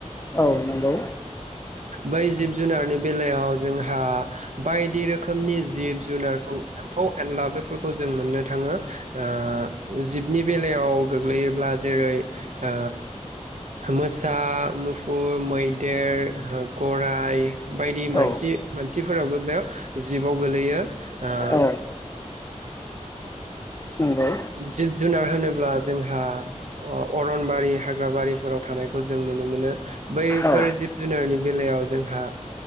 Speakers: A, on the left (about 20°); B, on the right (about 70°).
A: औ नंगौ।
B: बै जिब जुनारनि बेलायाव जोंहा बायदि रोखोमनि जि जिब जुनारखौ एम्फौ एनला बेफोरखौ जों मोननो थाङो ओ जिबनि बेलायाव गोग्लैयोब्ला जेरै ओ मोसा मुफुर मैदेर गराइ बायदि
A: औ
B: मानसि मानसिफोराबो बेयाव जिबआव गोलैयो ओ
A: औ नंगौ
B: जिब जुनार होनोब्ला जोंहा अ-अरनबारि हाग्राबारिफोराव थानायखौ जों नुनो मोनो बैफोर
A: औ
B: जिब जुनारनि बेलायाव जोंहा